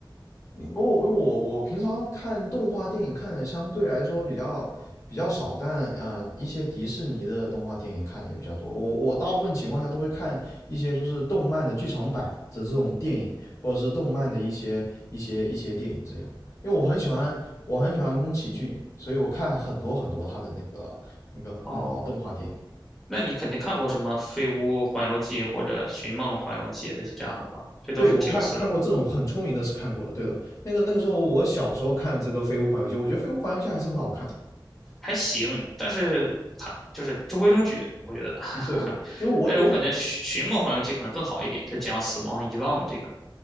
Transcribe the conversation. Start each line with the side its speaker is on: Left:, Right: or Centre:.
Left: 我我我我平常看动画电影看的相对来说比较比较少，但呃一些迪士尼的动画电影看的也比较多。我我大部分情况下都会看一些就是动漫的剧场版的这种电影，或者是动漫的一些一些一些电影这样。因为我很喜欢我很喜欢宫崎骏，所以我看很多很多他的那个那个那个动画电影。
Centre: 哦，那你肯定看过什么《飞屋环游记》或者《寻梦环游记》类似这样的吧？这都是皮克斯的，
Left: 对，我看看过这种很出名的是看过了，对的。那个那个时候我小时候看的这个《飞屋环游记》，我觉得《飞屋环游记》还是很好看。
Centre: 还行，但是它就是中规中矩，我觉得。<laughs>
Left: 对，因为我我以
Centre: 但是我感觉寻《寻梦环游记》可能更好一点，它讲死亡遗忘的这个。